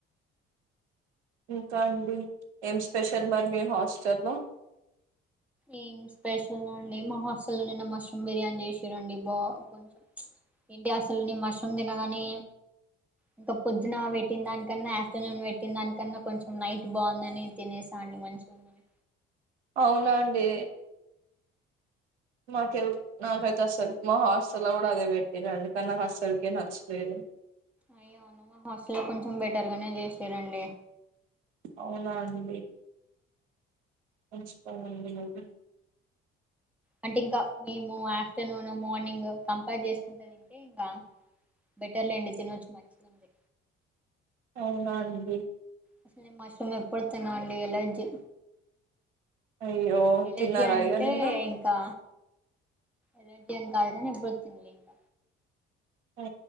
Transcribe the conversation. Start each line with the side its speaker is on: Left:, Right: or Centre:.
Right: ఇంకా అండి ఏం స్పెషల్ మరి మీ హాస్టల్ లో
Centre: ఏం స్పెషల్ అండి మా హాస్టల్లో నిన్న మష్రూమ్ బిర్యానీ చేశిరండి బా కొంచెం ఎంటి అసల్ ని మష్రూమ్ తినగనే ఇంక పొద్దున వెట్టిన్దాన్కన్నా ఆఫ్టర్నూన్ వెట్టిన్దాన్కన్నా కొంచెం నైట్ బాగుందని తినేసా అన్ని మంచిగా ఉన్నని
Right: ఔనా అండి మాకై నాకైతె అస్సల్ మా హాస్టల్లో గుడ అదే పెట్టిరండి కని నాక్ అస్సల్కే నచ్చలేదు
Centre: అయ్య నువ్వ హాస్టల్లో కొంచెం బెటర్ గనే చేశిరండి
Right: ఔనా అండి మంచి పనండి మీకు
Centre: అంటే ఇంక మేము ఆఫ్టర్నూన్ మార్నింగ్ కంపేర్ చేస్కుంట తింటే ఇంగ బెటర్లెండి తినొచ్చు మంచిగుంది
Right: ఔనా అండి
Centre: అసల్ నేన్ మష్రూమ్ ఎప్పుడు తిన అండి ఎలర్జీ
Right: అయ్యో
Centre: ఎలర్జి
Right: తిన్నారా
Centre: అంటే
Right: ఇగ నిన్న
Centre: ఇంకా ఎలర్జి అన్ కాదుగని ఎప్పుడు తిన్లే ఇంక
Right: ఓ